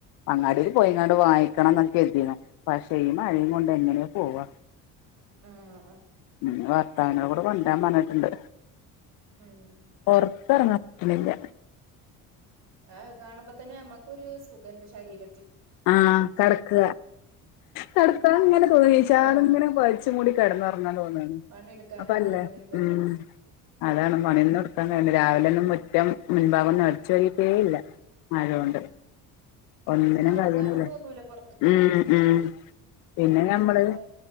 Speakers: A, on the left (about 75°); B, on the right (about 50°).
A: അങ്ങാടീല് പോയിങ്ങാണ്ട് വാങ്ങിക്കണം എന്നൊക്കെ കരുതീന്. പക്ഷേ ഈ മഴേം കൊണ്ട് എങ്ങനെയാ പോവാ?
B: ആഹ് അ
A: മ്ം നിങ്ങള ഭർത്താവിന കൂടെ കൊണ്ട‌രാൻ പറഞ്ഞിട്ടൊണ്ട്.
B: ഉം
A: പൊറത്ത് എറങ്ങാൻ പറ്റുണില്ല.
B: ആ കാണുമ്പ തന്നെ നമ്മക്കൊര് സുഖണ്ട് ശരീര
A: ആഹ് കടക്ക്ക
B: തോന്ന
A: കടക്കാ ഇങ്ങനെ തോന്നി ച്ചാർന്നിങ്ങനെ
B: ഏഹ്
A: പൊതച്ച് മൂടി കെടന്നൊറങ്ങാൻ തോന്നാണ്.
B: പണിയെടുക്കാനും
A: അപ്പല്ലേ
B: തോന്നണില്ല
A: മ്ം അതാണ് പണീന്നും എടുക്കാൻ നേരല്ല രാവിലെ ഒന്നും ഒ റ്റം മുൻ ഭാഗോന്നു അടിച്ച് വാരീറ്റേ ഇല്ല. മഴ ഒണ്ട്
B: ഉം
A: ഒന്നിനും
B: അറങ്ങാനും
A: ക <unintelligible>
B: തോന്നൂല പൊറത്ത്ക്ക്
A: മ്ം മ്ം പിന്നെ
B: ഇതിങ്ങനെ
A: ഞമ്മള്
B: കാണുമ്പോ